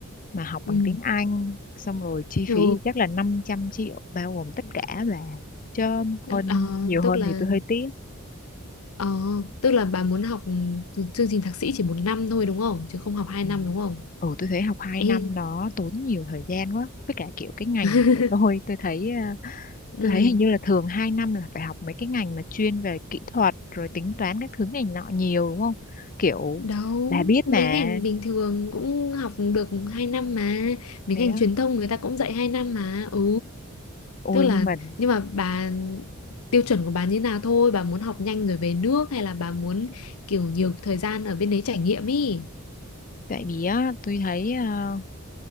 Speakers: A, on the left; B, on the left.
A: mà học
B: Ừ.
A: bằng tiếng Anh xong rồi chi
B: Ồ,
A: phí thì chắc là 500 triệu bao gồm tất cả là chứ hơn
B: ờ,
A: nhiều
B: tức
A: hơn
B: là
A: thì tôi hơi tiếc
B: ờ, tức là bà muốn học chương trình thạc sĩ chỉ một năm thôi đúng không? Chứ không học hai
A: ừ.
B: năm đúng không?
A: ừ tôi thấy học hai
B: Ê,
A: năm nó tốn nhiều thời gian quá với cả kiểu cái ngành
B: <laughs>
A: của tôi tôi thấy à,
B: ừ.
A: tôi thấy hình như là thường 2 năm là phải học mấy cái ngành mà chuyên về kỹ thuật rồi tính toán các thứ này nọ nhiều đúng không kiểu
B: Đâu,
A: bà biết
B: mấy
A: mà
B: ngành bình thường cũng học được 2 năm mà. Mấy
A: thế
B: ngành
A: á
B: truyền thông người ta cũng dạy 2 năm mà. Ừ.
A: ôi
B: Tức là
A: nhưng mà
B: nhưng mà bà tiêu chuẩn của bà như nào thôi, bà muốn học nhanh rồi về nước hay là bà muốn kiểu nhiều thời gian ở bên đấy trải nghiệm ý.
A: tại vì á tôi thấy ờ,